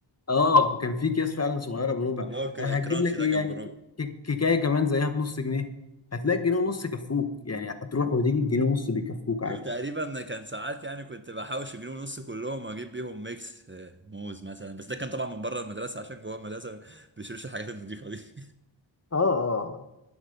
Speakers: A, on the left; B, on the right.
A: آه، كان في اكياس فعلا صغيره بربع
B: اللي هو الكر-
A: آه، هتجيب
B: الكرانشي
A: لك
B: ده
A: ايه
B: كان
A: يعني
B: بربع
A: ك- ك- كيكايه كمان زيها بنص جنيه هتلاقي جنيه ونص كفوك يعني هتروح وتيجي الجنيه ونص بيكفوك عادي
B: وتقريبا كان ساعات يعني كنت بحوش جنيه ونص كلهم اجيب بيهم ميكس آه، موز مثلا بس ده كان طبعا من بره المدرسه عشان جوه المدرسه ما بيشتروش الحاجات النضيفه دي <laughs>
A: اه اه